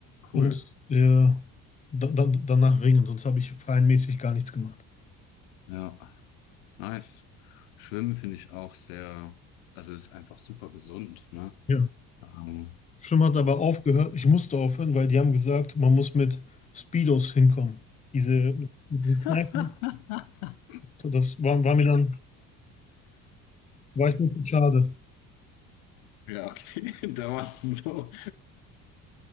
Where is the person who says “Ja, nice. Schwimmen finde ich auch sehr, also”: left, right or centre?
Left